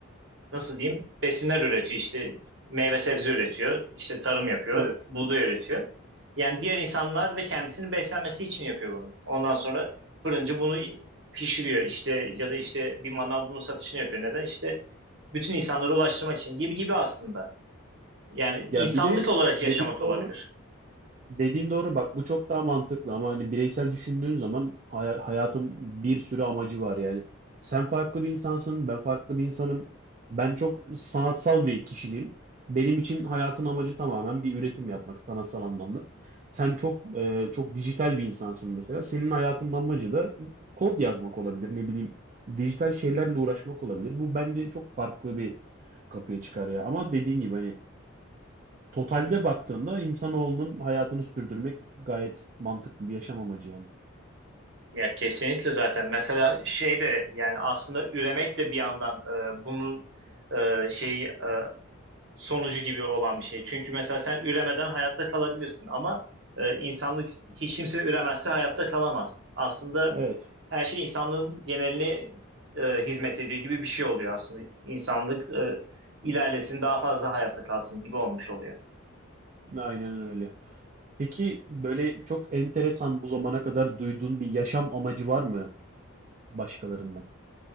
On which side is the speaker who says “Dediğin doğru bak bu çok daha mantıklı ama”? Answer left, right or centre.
Right